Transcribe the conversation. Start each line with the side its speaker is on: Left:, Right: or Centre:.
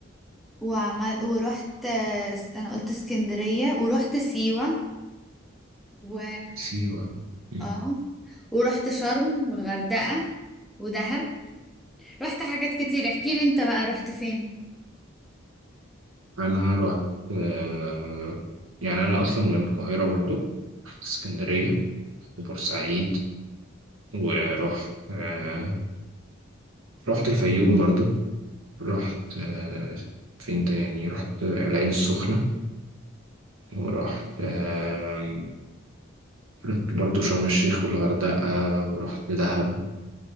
Centre: وعمل ورحت س- انا قلت اسكندرية ورحت سيوة و
Right: سيوه مم.
Centre: اه ورحت شرم والغردقة ودهب رحت حاجات كتير احكي لي انت بقى رحت فين
Right: انا رحت آه، يعني انا اصلا من القاهره برضو رحت اسكندريه وبورسعيد ورحت آه، رحت الفيوم برضو رحت آه، فين تاني رحت العين السخنه ورحت آه، رحت برضه شرم الشيخ والغردقة ورحت دهب